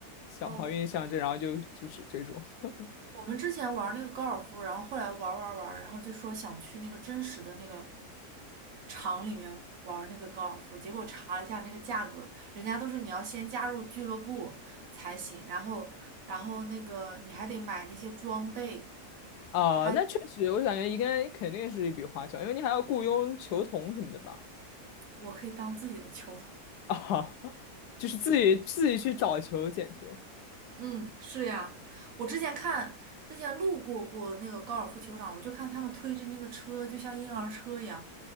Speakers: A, on the left (about 85°); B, on the right (about 60°).
A: 想好运象征，
B: 哦，
A: 然后就就是这种。<laughs>
B: 我们之前玩那个高尔夫，然后后来玩玩玩然后就说想去那个真实的那个场里面玩那个高尔夫，结果查了一下那个价格，人家都是你要先加入俱乐部才行，然后然后那个你还得买那些装备，
A: 啊、
B: 还
A: 那确实，我感觉应该肯定是一笔花销，因为你还要雇佣球童什么的吧？
B: 我可以当自己的球童。
A: <laughs> 啊，就是自己自己去找球捡球。
B: <laughs> 嗯，是呀，我之前看之前路过过那个高尔夫球场，我就看他们推着那个车，就像婴儿车一样，